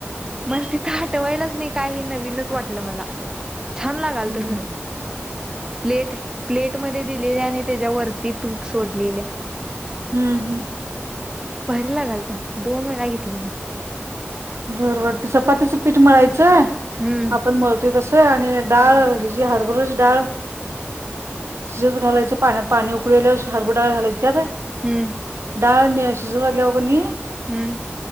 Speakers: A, on the right (about 15°); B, on the right (about 80°).
A: मला तिथं आटवायलाच नाही काय हे नवीनच वाटलं मला. छान लगळत
B: हम्म
A: खरं प्लेट प्लेट मध्ये दिलेल्या आणि त्यज्या वरती तूप सोडलेल्या
B: हम्म हम्म.
A: भारी लागालत दोन वेळा घेतलो मी
B: बरबर त चपातीचं पीठ मळायचं
A: हम्म
B: आपण मळतोय तस आणि डाळ
A: हा
B: हि जी हरभर ची डाळ शिजत घालायच पाण्यात पाणी उकळलं हरबुर डाळ घालायची त्यात
A: हम्म
B: डाळ णी शिजू घातल्यावर कणी
A: हम्म.